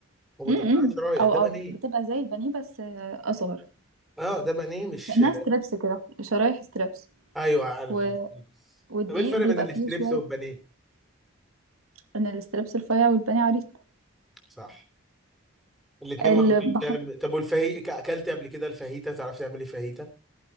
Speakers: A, in the centre; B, on the right.
A: وبتقطعيها
B: م- م.
A: شرايح
B: او
A: ده
B: او
A: بانيه
B: بتبقى زي البانيه بس آه، اصغر
A: اه ده بانيه مش
B: لانها ستريبس كده شرايح ستريبس
A: ايوه عارف
B: و...
A: الستريبس
B: والدقيق
A: طب ايه الفرق
B: بيبقى
A: بين الستريبس
B: فيه شوية
A: والبانيه
B: من الستريبس رفيع والبانيه عريض
A: صح الاتنين
B: اللي
A: معمولين
B: بحط
A: فعلا طب والفاهيتا اكلت قبل كده الفاهيتا تعرف تعملي فاهيتا